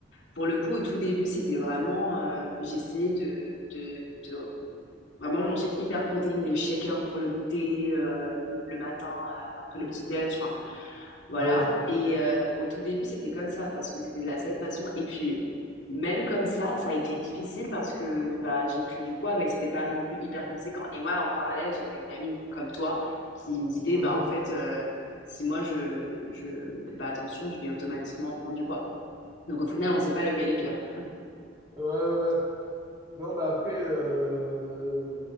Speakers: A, on the left; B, on the right.
A: pour le coup, au tout début, c'était vraiment, euh, j'essayais de, de, de vraiment manger hyper protéines, les shakers pour le goûter euh, le matin euh, après le petit déj, enfin voilà.
B: ah ouais.
A: Et euh, au tout début, c'était comme ça parce que c'était de la seule façon. Et puis même comme ça, ça a été difficile parce que bah j'ai pris du poids, mais c'était pas non plus hyper conséquent. Et moi, en parallèle, j'avais une amie comme toi qui me disait
B: Mhm.
A: bah en fait, euh, si moi je je fais pas attention, je vais automatiquement prendre du poids. Donc au final, on sait pas lequel est pire.
B: Ouais, ouais, ouais. Non, mais après, euh,